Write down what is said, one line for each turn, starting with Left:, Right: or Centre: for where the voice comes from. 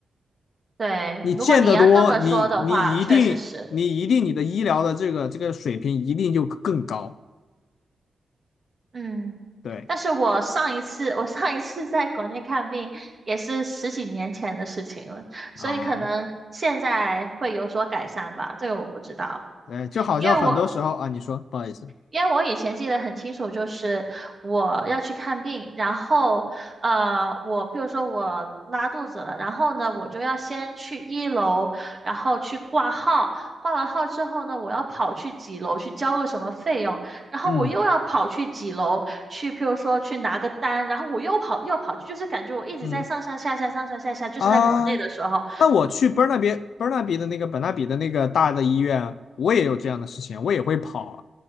Right: 对，
Left: 你见得多，
Right: 如果你要这么说的话，
Left: 你你一定你一定你的医疗的这个这个水平一定就更高。
Right: 确实是，嗯，
Left: 对
Right: 但是我上一次，我上一次在国内看病也是十几年前的事情了，所以可能现在会有所改善吧，
Left: 啊，
Right: 这个我不知道，
Left: 哎，就好像很多时候啊，
Right: 因为我
Left: 你说不好意思，
Right: 因为我以前记得很清楚，就是我要去看病，然后，呃，我比如说我拉肚子了，然后呢，我就要先去一楼，然后去挂号，挂完号之后呢，我要跑去几楼去交个什么费用，然后我又要跑去几楼去，
Left: 嗯
Right: 譬如说去拿个单，然后我又跑又要跑去，就是感觉我一直在上上下下上上下下，
Left: 嗯
Right: 就是在国内的时候，
Left: 啊，那我去伯纳比伯纳比的那个本纳比的那个大的医院，我也有这样的事情，我也会跑啊。